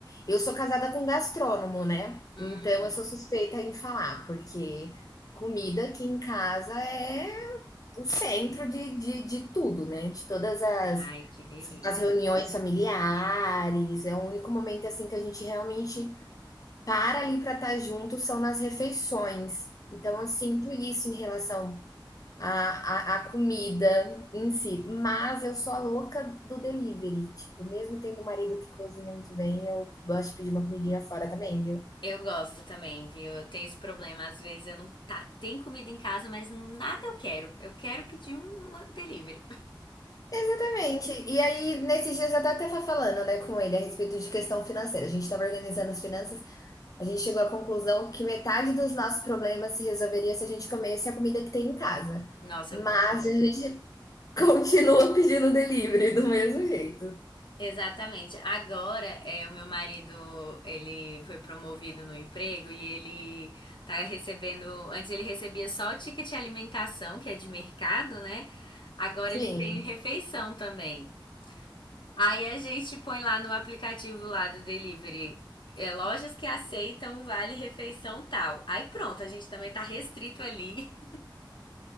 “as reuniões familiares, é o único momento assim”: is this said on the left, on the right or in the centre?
Left